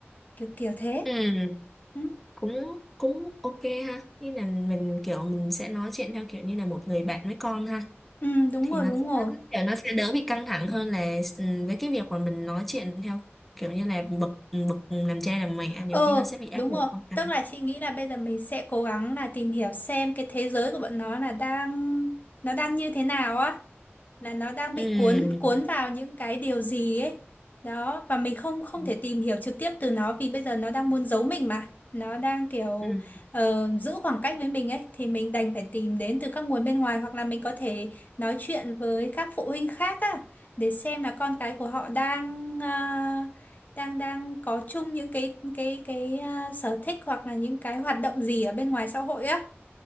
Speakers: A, on the left; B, in the centre.
A: kiểu kiểu thế
B: Ừ,
A: ừ,
B: cũng cũng ok ha. Như là mình kiểu mình sẽ nói chuyện theo kiểu như là một người bạn với con ha.
A: ừ, đúng
B: thì
A: rồi
B: nó
A: đúng
B: sẽ
A: rồi
B: kiểu nó sẽ đỡ bị căng thẳng hơn là ừ, với cái việc mà mình nói chuyện theo kiểu như là bực bực làm cha làm mẹ nhiều
A: ờ
B: khi nó sẽ bị áp
A: đúng
B: lực
A: rồi
B: con cái
A: tức là chị nghĩ là bây giờ mình sẽ cố gắng là tìm hiểu xem cái thế giới của bọn nó là đang nó đang như thế nào á là nó đang bị
B: ừ
A: cuốn cuốn vào những cái điều gì ấy đó và mình không không
B: ừ
A: thể tìm hiểu trực tiếp từ nó vì bây giờ nó đang muốn giấu mình mà nó đang kiểu
B: ừ
A: ờ, giữ khoảng cách với mình ấy thì mình đành phải tìm đến từ các nguồn bên ngoài hoặc là mình có thể nói chuyện với các phụ huynh khác á để xem là con cái của họ đang à, đang đang có chung những cái cái cái à, sở thích hoặc là những cái hoạt động gì ở bên ngoài xã hội á